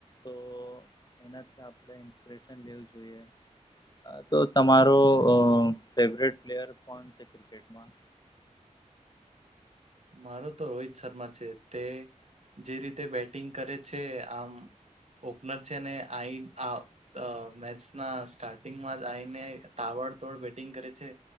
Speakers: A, on the left; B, on the right.
A: તો એનાથી આપણે ઇન્સ્પિરેશન લેવું જોઈએ જોઈએ તો તમારો અ ફેવરેટ પ્લેયર કોણ છે ક્રિકેટમાં
B: મારો તો રોહિત શર્મા છે તે જે રીતે બેટિંગ કરે છે આમ ઓપનર છે ને આઈન આ અ મેચના સ્ટાર્ટિંગમાં જ આઈને તાબડતોડ બેટિંગ કરે છે